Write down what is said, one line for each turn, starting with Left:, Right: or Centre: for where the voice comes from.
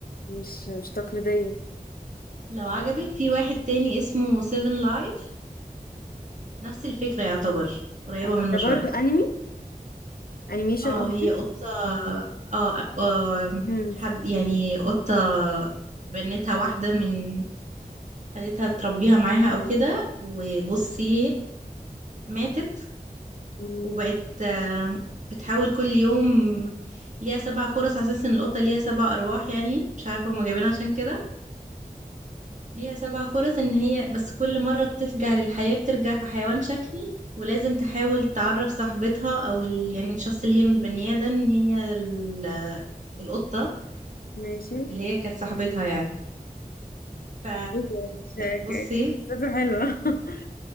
Left: مش مش تقليديه
Right: لو عجبك في واحد تاني اسمه سيفن لايف نفس الفكرة يعتبر قريبة
Left: آه،
Right: منه
Left: ده
Right: شوية
Left: برضو انمي انيميشن
Right: اه
Left: قصدي
Right: هي قطة اه, آه
Left: مم.
Right: حد يعني قطة بنتها واحدة من خدتها تربيها معاها او كده وبصي ماتت
Left: مم.
Right: وبقت آه بتحاول كل يوم ليها سبع فرص على اساس ان القطة ليها سبع ارواح يعني مش عارفة هما جايبينها عشان كده ليها سبع فرص ان هي بس كل مرة بترجع للحياة بترجع في حيوان شكل ولازم تحاول تعرف صاحبتها او ال... يعني الشخص اللي هي متبنياه ده ان هي ال... القطة
Left: ماشي
Right: اللي هي كانت صاحبتها يعني ف
Left: ايه ده شاكك
Right: بصي
Left: قصته حلوه <laughs>